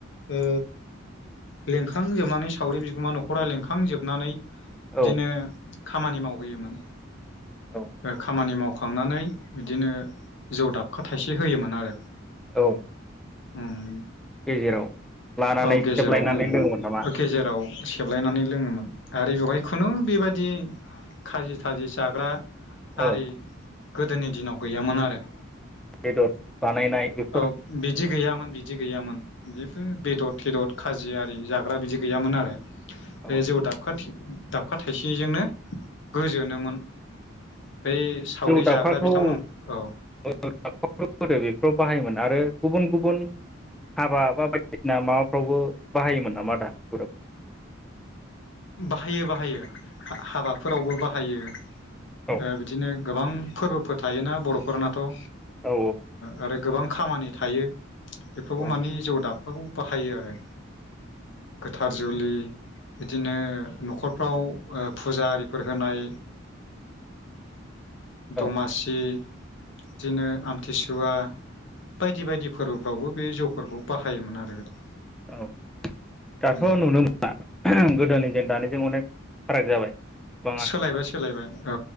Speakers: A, on the left; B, in the centre.
A: ओ लेंखांजोबनानै सावरि बिगोमा न'खरा लेंखांजोबनानै इदिनो
B: औ
A: खामानि मावहैयोमोन।
B: औ
A: ओ खामानि माव खांनानै बिदिनो जौ दाबखा थाइसे होयोमोन आरो।
B: औ
A: उम
B: गेजेराव लानानै
A: औ गेजेराव
B: सेबलायनानै
A: होयोमोन
B: लोङोमोन नामा
A: ओ गेजेराव से सेबलायनानै लोङोमोन आरो बेवहाय खुनु बेबादि खाजि थाजि जाग्रा
B: औ
A: आरि गोदोनि दिनाव गैयामोन आरो।
B: बेदद बानायनाय बेफोर
A: औ बिदि गैयामोन बिद दि गैयामोन जेबो बेदद थेदद खाजि आरि जाग्रा बिदि गैयामोन आरो। बे
B: औ
A: जौ दाबखा थि दाबखा थाइसेजोंनो गोजोनोमोन। बै सावरि
B: जौ दाबखाखौ
A: जाग्रा बिथांमोन औ
B: <inaudible> बेफ्राव बाहायोमोन आरो गुबुन गुबुन हाबा बा बायदिसिना माबाफ्रावबो बाहायोमोन नामा दा <unintelligible>
A: बाहायो बाहायो हा-हाबाफोरावबो बाहायो।
B: औ
A: ओ बिदिनो गोबां फोरबोफोर थायोना बर'फोरनाथ' ओ
B: औ
A: आरो गोबां खामानि थायो एफ्रावबो
B: औ
A: मानि जौ दाबखाखौ बाहायो आरो। गोथार जुलि दिनो न'खरफ्राव ओ फुजा आरिफोर होनाय
B: औ
A: दमासि दिनो आमथिसुवा बायदि बायदि फोरबोफ्रावबो बे जौफोरखौ बाहायोमोन आरो गोदो।
B: औ दाथ'
A: उम
B: नुनो मोनला <unintelligible> गोदोनिजों दानिजों अनेक फाराग जाबाय गोबाङा
A: सोलायबाय सोलायबाय औ